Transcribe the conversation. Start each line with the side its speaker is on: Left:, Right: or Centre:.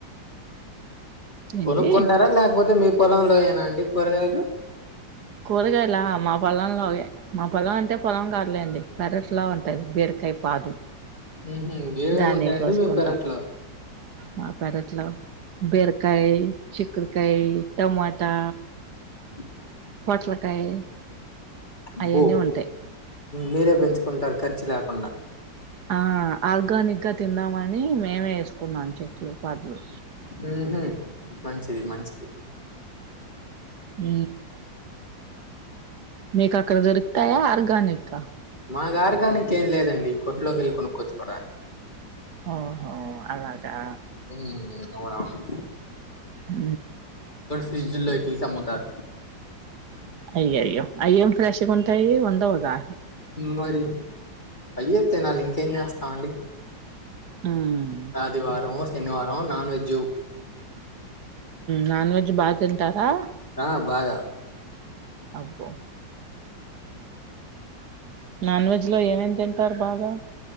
Right: ఏంటి
Left: కొనుకుంటారా లేకపోతే మీరు పొలంలో ఏనా అండి కూరగాయలు
Right: కూరగాయలా మా పొలంలోహె, మా పొలం అంటే పొలం కాదులేండి పెరట్లా ఉంటది, బీరకాయ పాదు
Left: మ్ హు ఏవేవి
Right: దాన్ని
Left: ఉంటాయండి
Right: కోసుకుంటాం
Left: మీ పెరట్లో
Right: మా పెరట్లో బిరకాయ చికుడుకాయి టమాటా
Left: ఆ
Right: పోట్లకాయి
Left: అబ్బో
Right: అయన్నీ ఉంటాయి
Left: మీరే పెంచుకుంటారు ఖర్చు రాకుండా
Right: ఆ ఆర్గానిక్ గా తిందామని మేమే వేసుకున్నాం చెట్లు పదులు
Left: మ్ హు మంచిది మంచిది
Right: అ మీకా అక్కడ దొరుకుతాయా ఆర్గనిక్ గా
Left: మాకు ఆర్గానిక్ ఏం లేదండి కొట్లోకి వెళ్ళి కొనుక్కొవచ్చు కోవడమే
Right: ఓహో అలాగా
Left: ఉ అవును అవును
Right: అ
Left: ఫ్రిడ్జ్ లో తీసి అమ్ముతారు
Right: అయ్యో అయ్యో అయ్యోం ఫ్రెష్గా ఉంటాయి వండవగా
Left: మరి అయ్య తినాలి ఇంకేం చేస్తాం అండి
Right: హ్మ్
Left: ఆదివార శనివారం నాన్ వెెజ్ జ
Right: నాన్ వెజ్ బా తింటారా
Left: ఆ బాగా
Right: అబో నాన్ వెజ్ లో ఏమేమి తింటారు బాగా